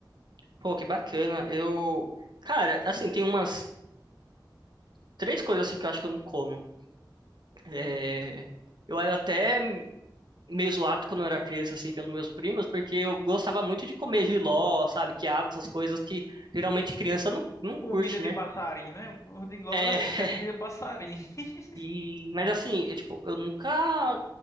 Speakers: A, on the right; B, on the left.
A: Pô, que bacana. Eu, cara, assim, tem umas três coisas assim que eu acho que eu não como. É, Eu era até meio zoado quando eu era criança, assim, pelos meus primos, porque eu gostava muito de comer jiló, sabe, quiabo, essas coisas que geralmente criança não, não
B: Comida
A: curte,
B: de
A: né?
B: passarinho, né? Eu digo logo
A: É,
B: assim,
A: <laughs>
B: que é comida de passarinho. <laughs>
A: e, mas assim, eu, tipo, eu nunca